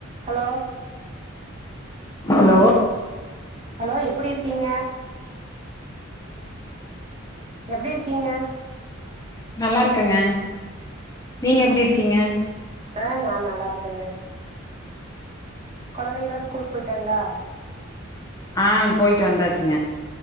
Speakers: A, on the right; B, on the left.
A: ஹலோ
B: ஹலோ
A: ஹலோ எப்டி இருக்கீங்க எப்டி இருக்கீங்க
B: நல்லா இருக்கங்க நீங்க எப்டி இருக்கீங்க
A: அ நா நல்லா இருக்கங்க கொழந்தைகல்லா ஸ்கூலுக்கு போயிட்டாங்களா
B: ஆ போயிட்டு வந்தாச்சுங்க